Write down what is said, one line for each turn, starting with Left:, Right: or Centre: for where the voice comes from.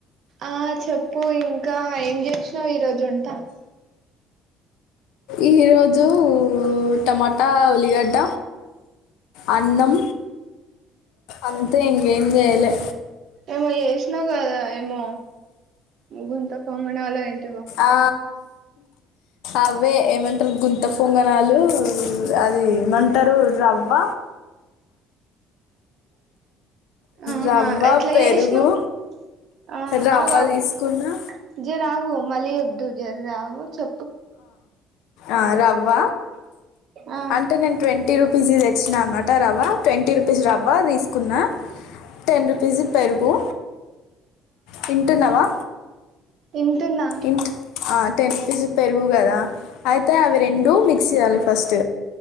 Right: ఆ చెప్పు ఇంకా ఏం చేసినావు ఈ రోజు వంట
Left: ఈ రోజు టమాటా ఉల్లిగడ్డ అన్నం అంతే ఇంకేం చేయలే
Right: ఏమో చేసినావ్ కదా ఏమో గుంత పొంగనాలు ఏంటి
Left: ఆ అవే ఏమంటారు గుంత పొంగనాలు అది ఏమంటరు రవ్వ
Right: ఆహా
Left: రవ్వ
Right: ఎట్ల
Left: పెరుగు
Right: చేసినవ్ ఆ
Left: రవ్వ
Right: ఆగు ఆగు
Left: తీసుకున్నా
Right: జర ఆగు మళ్ళీ చెప్దువు జర ఆగోచు
Left: ఆ రవ్వ
Right: ఆ
Left: అంటే నేను ట్వంటీ రు రూపీస్ ది తెచ్చిన అంగట్ల అట్టా రవ్వ ట్వంటీ రూపీస్ రవ్వ తీసుకున్న టెన్ రూపీస్ ది పెరుగు వింటున్నావా
Right: ఇంటున్న
Left: ఇంట్ టెన్ రూపీస్ ది పెరుగు కదా అయితే అవి రెండూ మిక్స్ చేయాలి ఫస్ట్